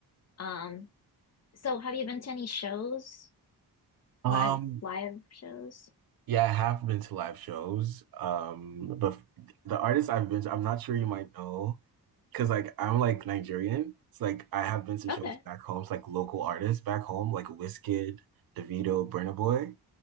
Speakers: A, on the left; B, on the right.
A: Um, so have you been to any shows,
B: Um,
A: live live shows?
B: Yeah, I have been to live shows. Um, but f- the artists I've been to, I'm not sure you might know, because like I'm like Nigerian. It's like I have been to
A: Okay,
B: shows back home. It's like local artists back home, like Wizkid, Davido, Burna Boy.